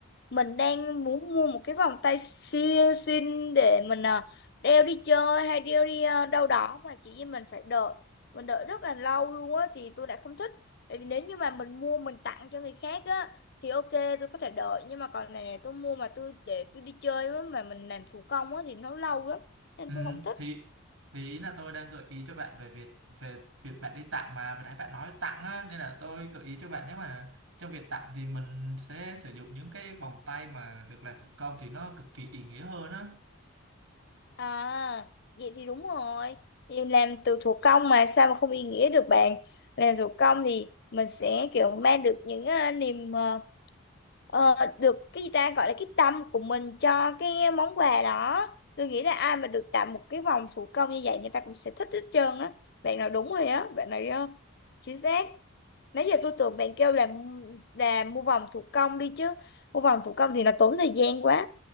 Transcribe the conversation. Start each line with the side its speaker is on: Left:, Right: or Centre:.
Left: mình đang muốn mua một cái vòng tay siêu xinh để mình à, đeo đi chơi hay đeo đi à, đâu đó mà chỉ vì mình phải đợi mình đợi rất là lâu luôn á thì tôi lại không thích tại vì nếu như mà mình mua mình tặng cho người khác á thì ok tôi có thể đợi nhưng mà còn này này tôi mua mà tôi để tôi đi chơi với mà mình làm thủ công á thì nó lâu lắm nên
Right: Ừ,
Left: tôi không thích
Right: thì thì ý là tôi đang gợi ý cho bạn về việc về việc bạn đi tặng mà vừa nãy bạn nói tặng á nên là tôi gợi ý cho bạn nếu mà trong việc tặng thì mình sẽ sử dụng những cái vòng tay mà được làm thủ công thì nó cực kỳ ý nghĩa hơn á
Left: À, vậy thì đúng rồi. Thì làm từ thủ công mà sao mà không ý nghĩa được bạn. Làm thủ công thì mình sẽ kiểu mang được những ờ, niềm ờ, ờ, được cái gì ta gọi là cái tâm của mình cho cái món quà đó. Tôi nghĩ là ai mà được tặng một cái vòng thủ công như vậy người ta cũng sẽ thích hết trơn á. Bạn nói đúng rồi á, bạn nói ờ, chính xác. Nãy giờ tôi tưởng bạn kêu là là mua vòng thủ công đi chứ. Mua vòng thủ công thì nó tốn thời gian quá.